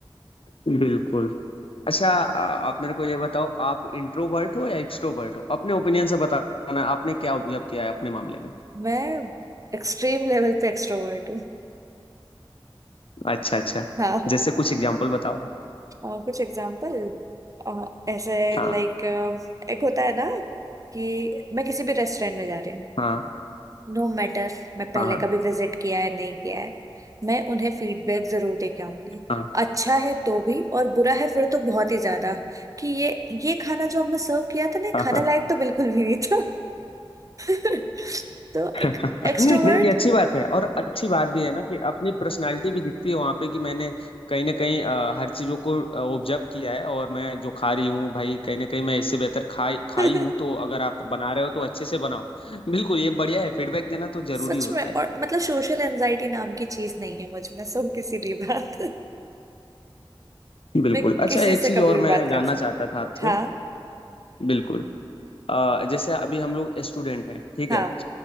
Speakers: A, on the left; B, on the right.
A: बिल्कुल अच्छा आ- आप मेरे को ये बताओ आप इंट्रोवर्ट हो या एक्सट्रोवर्ट हो अपने ओपिनियन से बताना आपने क्या ऑब्जर्व किया है अपने मामले में
B: मैं एक्सट्रीम लेवल पे एक्सट्रोवर्ट हूँ
A: अच्छा अच्छा
B: हाँ
A: जैसे कुछ एग्जांपल बताओ
B: आ, कुछ एग्जांपल ऐसे
A: हाँ
B: लाइक एक होता है ना कि मैं किसी भी रेस्टोरेंट में जा रही हूँ
A: हाँ
B: नो मैटर मैं पहले
A: हाँ
B: कभी विजिट किया है नहीं किया है मैं उन्हें फीडबैक जरूर दे के आऊंगी
A: हाँ
B: अच्छा है तो भी और बुरा है फिर तो बहुत ही ज्यादा कि ये ये खाना जो आपने सर्व किया था ना ये
A: हाँ
B: खाने
A: हाँ
B: लायक तो बिल्कुल भी नहीं था <laughs> तो
A: <laughs>
B: एक एक्सट्रोवर्ट
A: नहीं ये अच्छी बात है और अच्छी बात भी है ना कि अपनी पर्सनालिटी भी दिखती है वहां पे कि मैंने कहीं ना कहीं अ, हर चीजों को ऑब्जर्व किया है और मैं जो खा रही हूँ भाई कहीं ना कहीं मैं इससे बेहतर खाई
B: <laughs>
A: खाई हूँ तो अगर आप बना रहे हो तो अच्छे से बनाओ <laughs> बिल्कुल ये बढ़िया है फीडबैक देना तो जरूरी
B: सच में
A: होता
B: और
A: है
B: मतलब सोशल एंजाइटी नाम की चीज नहीं है मुझ में सो किसी भी बात <laughs>
A: बिल्कुल
B: मैं
A: अच्छा
B: किसी
A: एक
B: से
A: चीज
B: कभी
A: और
B: भी बात
A: मैं जानना
B: कर सकती
A: चाहता था आपसे
B: हाँ
A: बिल्कुल अ, जैसे अभी हम लोग स्टूडेंट हैं ठीक
B: हाँ
A: है